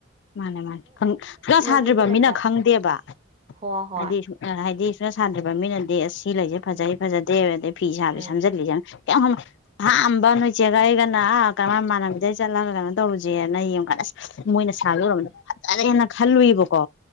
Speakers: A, on the left; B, on the right.
A: ꯃꯥꯅꯦ ꯃꯥꯅꯦ ꯀ꯭ꯂꯥꯁ ꯁꯥꯗ꯭ꯔꯤꯕ
B: ꯃꯤꯁꯨ
A: ꯃꯤꯅ
B: ꯂꯩꯗ
A: ꯈꯪꯗꯦꯕ
B: ꯍꯣꯏ ꯍꯣꯏ
A: ꯍꯥꯏꯗꯤ ꯍꯥꯏꯗꯤ ꯁꯅ ꯁꯥꯟꯗ꯭꯭ꯔꯕ ꯃꯤꯅꯗꯤ ꯑꯁ ꯁꯤ ꯂꯩꯁꯦ ꯐꯖꯩ
B: ꯎꯝ
A: ꯐꯖꯗꯦ ꯑꯗꯩ ꯐꯤ ꯁꯥꯕꯁꯦ
B: ꯎꯝ
A: ꯁꯝꯖꯤꯜꯂꯤꯁꯦ ꯌꯥꯝ ꯍ ꯑꯍꯝꯕ ꯅꯣꯏꯆꯦꯒ ꯑꯩꯒꯅ ꯀꯃꯥꯏ ꯃꯥꯟꯅꯕꯤꯗꯩ ꯆꯠꯂꯒ ꯀꯩꯅꯣ ꯇꯧꯔꯨꯁꯦꯅ ꯌꯦꯡꯒꯠꯂꯁꯦ ꯃꯣꯏꯅ ꯁꯥꯒꯝꯕꯗꯣ ꯐꯖꯅ ꯍꯦꯟꯅ ꯈꯜꯂꯨꯏꯕꯀꯣ